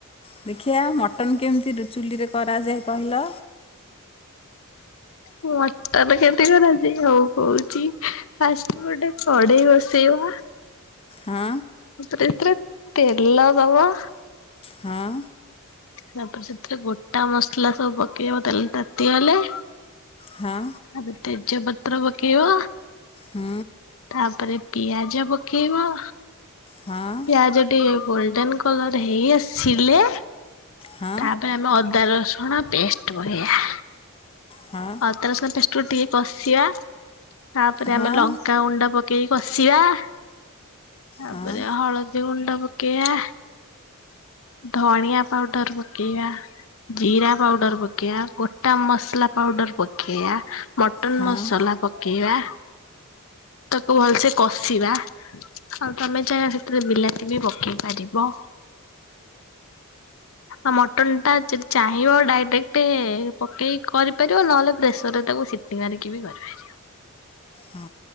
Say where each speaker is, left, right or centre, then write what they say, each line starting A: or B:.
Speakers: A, on the left; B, on the left.
A: ଦେଖିଆ ମଟନ୍ କେମିତି ରୁ ଚୁଲିରେ କରାଯାଏ କହିଲ।
B: ମଟନ୍ କେମତି କରନ୍ତି ହଉ କହୁଚି। ଫାଷ୍ଟ୍ ଗୋଟେ କଡେଇ ବସେଇଆ।
A: ହଁ।
B: ତାପରେ ଏଥିରେ ତେଲ ଦବା।
A: ହଁ।
B: ତାପରେ ସେଥିରେ ଗୋଟା ମସଲା ସବୁ ପକେଇବ ତେଲ ତାତିଗଲେ।
A: ହଁ।
B: ତାପରେ ତେଜପତ୍ର ପକେଇବ।
A: ହୁଁ।
B: ତାପରେ ପିଆଜ ପକେଇବ।
A: ହଁ
B: ପିଆଜ ଟିକେ ଗୋଲ୍ଡେନ୍ କଲର୍ ହେଇ ଆସିଲେ।
A: ହଁ
B: ତାପରେ ଆମେ ଅଦା ରସୁଣ ପେଷ୍ଟ୍ ପକେଇବା।
A: ହଁ
B: ଅଦା ରସୁଣ ପେଷ୍ଟ୍ କୁ ଟିକେ କଷିବା ତାପରେ ଆମେ
A: ହଁ
B: ଲଙ୍କାଗୁଣ୍ଡ ପକେ ପକେଇକି କଷିବା ତାପରେ
A: ହଁ
B: ହଳଦୀ ଗୁଣ୍ଡ ପକେଇବା। ଧଣିଆ ପାଉଡର ପକେଇବା। ଜିରା ପାଉଡର ପକେଇବା ଗୋଟା ମସଲା ପାଉଡର ପକେଇବା ମଟନ
A: ହଁ ହଁ
B: ମସଲା ପକେଇବା ତାକୁ ଭଲସେ କଷିବା ଆଉ ତମେ ଚାହିଁଲେ ସେଥି ସେଥିରେ ବିଲାତି ବି ପକେଇ ପାରିବ। ଆଉ ମଟନ୍ ଟା ଯଦି ଚାହିଁବ ଡାଇରେକ୍ଟ ପକେଇକି କରିପାରିବ ନହେଲେ ପ୍ରେସର ରେ ତାକୁ ସିଟି ସିଟି ମାରିକି ବି କରିପାରିବ।
A: ହଁ